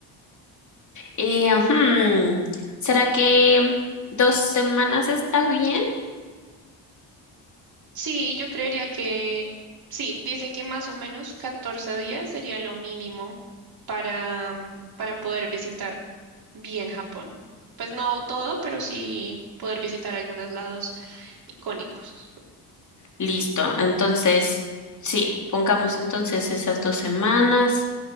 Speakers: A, on the left; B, on the right.
A: Eh, ujú, ¿Será que dos semanas está bien?
B: Sí, yo creería que sí, dice que más o menos 14 días sería lo mínimo para, para poder visitar bien Japón. Pues no todo, pero sí poder visitar algunos lados icónicos.
A: Listo, entonces sí, pongamos entonces esas dos semanas.